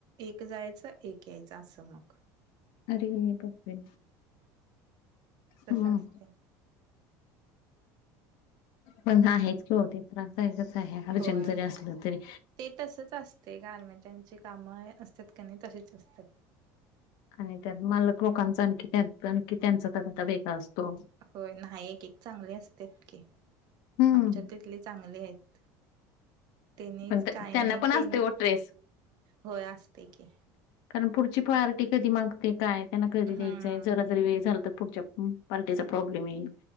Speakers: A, on the right; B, on the left.
A: एक जायचं एक यायचं असं मग.
B: अरे बापरे!
A: तसं
B: हं.
A: असतंय.
B: पण आहेच किं ओ ते त्रास जायकच आहे अर्जंट
A: होय.
B: जरी असलं तरी.
A: ते तसच असतंय गारमेंटची कामं असतात क नाही तशीच असतात.
B: आणि त्यात मालक लोकांचा आणखी त्यात आणखी त्यांचा तकाता वेगळा असतो.
A: होय नाही एक एक चांगली असत्यात कि
B: हं.
A: आमच्यात तिथली चांगली आहेत त्यांनीच
B: पण त्या-
A: काय
B: त्यांना
A: नाही
B: पण
A: त्यांनी
B: असते ओ ट्रेस.
A: होय असतंय की.
B: कारण पुढची पार्टी कधी मागते काय त्यांना कधी
A: हम्म
B: द्यायचंय जरा जरी वेळ झाला तर पुढच्या पार्टीचा प्रॉब्लेम येईल